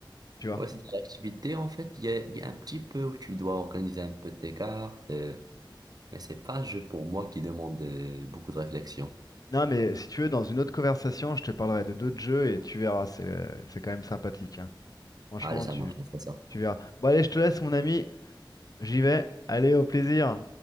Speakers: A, on the left (about 45°); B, on the right (about 50°).
A: Tu vois?
B: Ouais, c'est de l'activité, en fait, il y a, il y a un petit peu où tu dois organiser un peu tes cartes, euh, mais c'est pas un jeu pour moi qui demande euh, beaucoup de réflexion.
A: Non, mais si tu veux, dans une autre conversation, je te parlerai de d'autres jeux et tu verras. C'est euh, c'est quand même sympathique. hein. Franchement,
B: Allez, ça
A: tu,
B: marche, on fera ça.
A: tu verras. Bon, allez, je te laisse, mon ami. J'y vais. Allez, au plaisir.